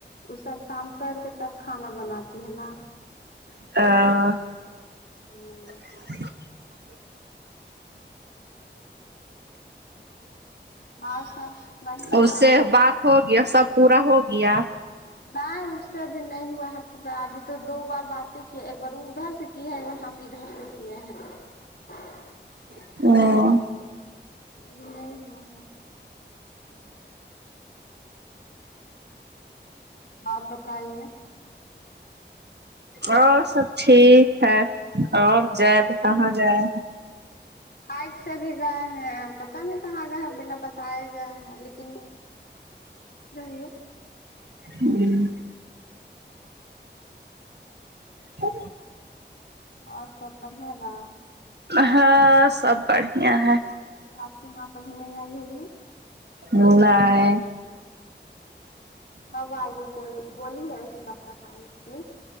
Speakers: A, on the left (about 60°); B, on the right (about 65°).
A: وہ سب کام کر کے تب کھانا بناتی ہے نا
B: <inaudible>
A: <unintelligible>
B: <inaudible>
A: ہاں سب بڑھیا
B: اس
A: نا
B: سے بات ہو گیا سب پورا ہو گیا
A: نہیں اس سے ابھی نہیں ہوا ہے پورا ابھی تو دو بار باتیں کی ایک بار ادھر سے کی ہیں اور ہم ادھر سے کیے ہیں
B: <inaudible>
A: نی ہوا ہے اور بتائیے
B: اور سب ٹھیک ہے اور جائب کہاں جائے
A: بائک سے بھی گئے ہیں پتہ نہیں کہاں گئے ہیں بنا بتائے گئے ہیں لن <unintelligible>
B: ہوں ہ
A: اور سب بڑھیا نا
B: ہاں سب بڑھیا ہے
A: اج تمہا پاس نہیں آئی ہوگی
B: ملائی
A: ابائیگی کول بولی ہے کہ کب تک آئیں ہو گی